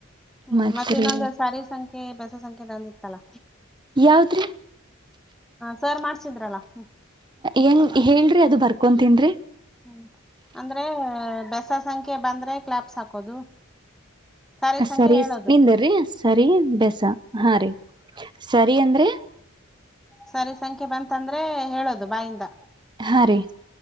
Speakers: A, in the centre; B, on the right (about 20°).
A: ಹ್ಮ್
B: ಮತ್ರಿ
A: ಮತ್ತೆ ಇನ್ನೊಂದು ಸಾರಿ ಸಂಖ್ಯೆ ಬೆಸ ಸಂಖ್ಯೆ ಇದೊಂದಿತ್ತಲ್ಲ
B: ಯಾವದ್ರಿ
A: ಸರ್ ಮಾಡ್ಸಿದ್ರಲ್ಲ ಹ್ಮ್
B: ಹೆಂಗ ಹೇಳ್ರಿ ಅದು ಬರ್ ಕುಂತನ್ರಿ
A: ಹ್ಮ್ ಅಂದ್ರೆ ಬೆಸ ಸಂಖ್ಯೆ ಬಂದ್ರೆ ಕ್ಲಾಬ್ಸ್ ಹಾಕೋದು ಸಾರಿ ಸಂಖ್ಯೆ
B: ಸರಿ
A: ಹೇಳೋದು
B: ನಿಂದರಿ ಸರಿ ಬೇಸ ಹಾ ರರಿ ಸರಿ ಅಂದ್ರೆ
A: ಸರಿ ಸಂಖ್ಯೆ ಬಂತಂದ್ರೆ ಹೇಳೋದು ಬಾಯಿಂದ
B: ಹಾ ರೀ